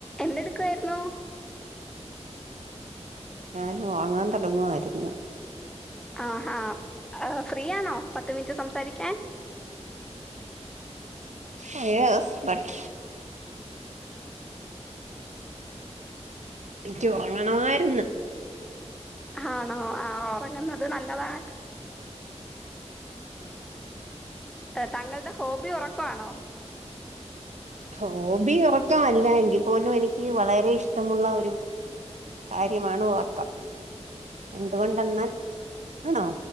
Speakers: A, in the centre; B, on the right.
A: എന്തെടുക്കായിരുന്നു
B: ഞാന് വാങ്ങാൻ തുടങ്ങുവാ യിരുന്നു
A: ആഹാ ഫ്രീ ആണോ പത്ത് മിനിറ്റ് സംസാരിക്കാൻ
B: ഒ യെസ് ബട്ട് ഇൻക്ക് ഉറങ്ങണമായിരുന്നു
A: ഹാണോ ആ ഉറങ്ങുന്നത് നല്ലതാണ് ത താങ്കളുടെ ഹോബി ഉറക്കണോ
B: ഹോബി ഉറക്ക വല്ല എങ്കി ൽ പോലും എനിക്ക് വളരെ ഇഷ്ടമുള്ള ഒരു കാര്യമാണ് ഉറക്കം. എന്തുകൊണ്ടെന്നാൽണോ?